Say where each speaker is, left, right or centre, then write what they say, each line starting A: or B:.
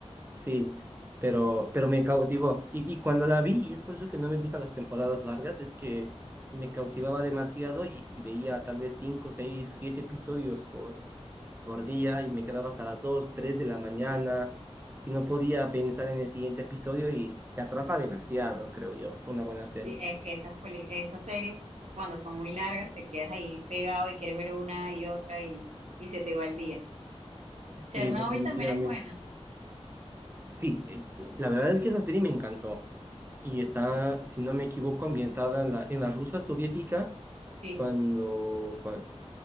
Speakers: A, on the right; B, on the right.
A: sí, pero, pero me cautivó. Y, y cuando la vi, y es por eso que no me gustan las temporadas largas, es que me cautivaba demasiado y, y veía tal vez cinco, seis, siete episodios por por día y me quedaba hasta las 2 3 de la mañana y no podía pensar en el siguiente episodio y te atrapa demasiado, creo yo, una buena serie.
B: Sí, es que esas, peli- esas series, cuando son muy largas, te quedas ahí pegado y quieres ver una y otra y, y se te va el día.
A: Sí,
B: Chernobyl
A: definitivamente.
B: también es buena.
A: Sí, eh, la verdad es que esa serie me encantó y está, si no me equivoco, ambientada en la, en la Rusia soviética
B: Sí,
A: cuando, cuan-